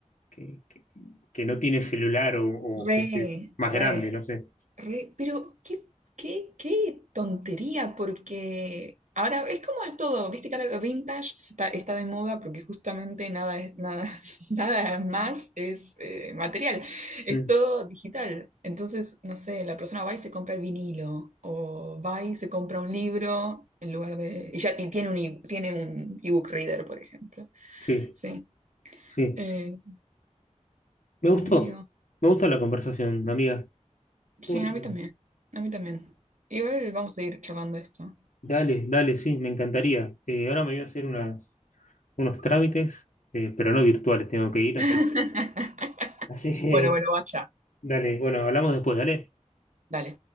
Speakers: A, on the left (about 90°); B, on the right (about 75°).
A: que, que- que no tiene celular o,
B: Re,
A: o gente más
B: re.
A: grande, no sé.
B: Re- pero qué, qué, qué tontería, porque ahora es como el todo, viste que ahora lo vintage está, está de moda porque justamente nada es, nada, <laughs> nada más es eh, material, es
A: Mm,
B: todo digital. Entonces, no sé, la persona va y se compra el vinilo, o va y se compra un libro en lugar de. Y ya y tiene un, e- tiene un ebook reader, por ejemplo.
A: Sí,
B: Sí.
A: sí.
B: Eh,
A: Me gustó,
B: medio.
A: me gustó la conversación, amiga. Estuvo
B: Sí, a
A: bien.
B: mí también. A mí también. Igual vamos a ir charlando esto.
A: Dale, dale, sí, me encantaría. Eh, ahora me voy a hacer unas- unos trámites, eh, pero no virtuales, tengo que ir, así.
B: <laughs>
A: Así que,
B: Bueno, bueno, vaya.
A: dale, bueno, hablamos después, dale.
B: Dale.